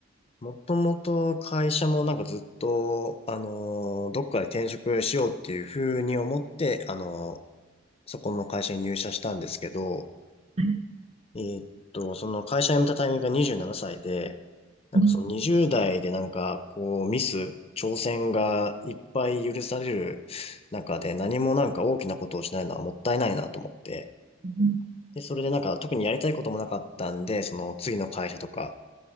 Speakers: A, on the left (about 30°); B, on the right (about 30°).
A: もともと会社もなんかずっと、あのーどっかで転職しようっていうふうに思って、あのーそこの会社に入社したんですけど、
B: はい。
A: えーっと、その会社辞めたタイミングが27歳で、なんかその20代でなんかこうミス、
B: うん
A: 挑戦がいっぱい許される中で何もなんか大きなことをしないのはもったいないなと思って。
B: うん
A: で、それでなんか特にやりたいこともなかったんで、その次の会社とか、